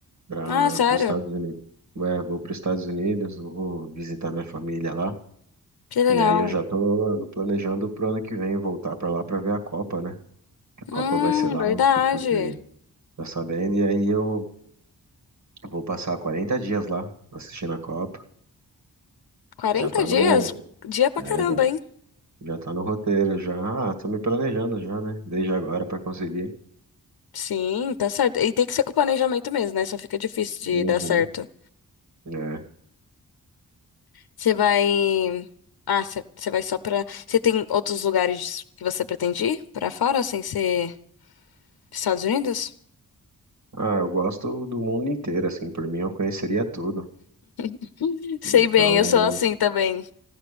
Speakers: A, on the right (about 60°); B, on the left (about 75°).
A: para
B: Ah, sério?
A: os Estados Unidos. É, vou para os Estados Unidos, vou visitar minha família lá.
B: Que legal.
A: E aí eu já tô planejando pro ano que vem voltar pra lá pra ver a Copa, né? A Copa
B: Hum,
A: vai ser lá,
B: verdade.
A: não sei se você tá sabendo. E aí eu vou passar 40 dias lá assistindo a Copa.
B: Quarenta
A: Já tá
B: dias?
A: no,
B: Dia pra
A: é,
B: caramba,
A: já,
B: hein?
A: já tá no roteiro, já. Ah, tô me planejando já, né? Desde agora pra conseguir.
B: Sim, tá certo. E tem que ser com planejamento mesmo, né? Só fica difícil de
A: Uhum,
B: dar certo.
A: é.
B: Você vai. Ah, você você vai só pra. Você tem outros lugares que você pretende ir pra fora, sem ser Estados Unidos?
A: Ah, eu gosto do mundo inteiro, assim, por mim eu conheceria tudo.
B: <laughs> Sei
A: Então,
B: bem, eu sou assim também.